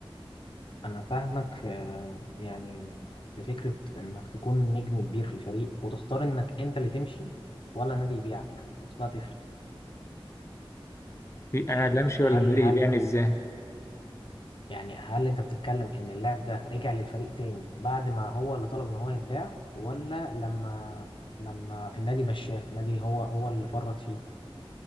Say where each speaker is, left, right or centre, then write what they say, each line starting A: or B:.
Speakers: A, on the left; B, on the left.
A: أنا فاهمك في يعني في فكرة إنك تكون نجم كبير في الفريق وتختار إنك أنت اللي تمشي ولا نادي يبيعك أصلها تفرق
B: في- انا
A: يعني
B: لا امشي ولا
A: هل
B: مدري
A: هل
B: يبيعني ازاي
A: يعني هل أنت بتتكلم إن اللاعب ده رجع للفريق تاني بعد ما هو اللي طلب إن هو يتباع ولا لما لما النادي مشاه النادي هو هو اللي فرط فيه